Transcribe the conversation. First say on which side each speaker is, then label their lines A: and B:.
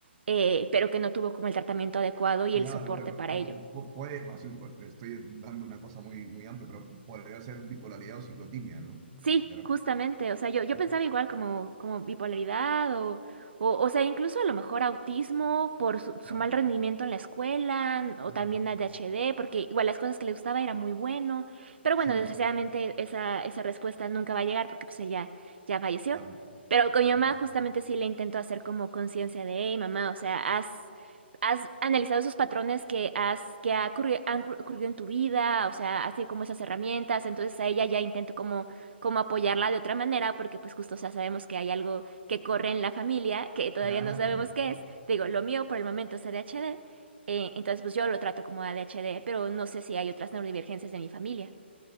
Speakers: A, on the right (about 65°); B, on the right (about 30°).
A: eh, pero que no tuvo como el tratamiento adecuado y
B: Claro,
A: el soporte
B: ve-
A: para ello.
B: pu- puede, así, pues, estoy dando una cosa muy, muy amplia, pero podría ser bipolaridad o ciclotimia, ¿no?
A: Sí,
B: De
A: justamente, o sea, yo, yo
B: repente,
A: pensaba igual como, como bipolaridad o, o, o sea, incluso a lo mejor autismo por su, su
B: Claro.
A: mal rendimiento en la escuela n- o
B: ujú,
A: también ADHD, porque igual las cosas que le gustaba era muy bueno, pero
B: Sí,
A: bueno, desgraciadamente esa, esa respuesta nunca va a llegar porque pues ella ya falleció,
B: claro.
A: pero con mi
B: ujú,
A: mamá justamente sí le intento hacer como conciencia de, hey, mamá, o sea, has ¿Has analizado esos patrones que has que ha ocurri- han ocurrido en tu vida? O sea, así como esas herramientas. Entonces a ella ya intento como como apoyarla de otra manera, porque pues justo, o sea, sabemos que hay algo que corre en la familia, que todavía
B: Claro.
A: no sabemos qué es. Te Digo, lo mío por el momento es ADHD, eh, entonces pues yo lo trato como ADHD, pero no sé si hay otras neurodivergencias de mi familia.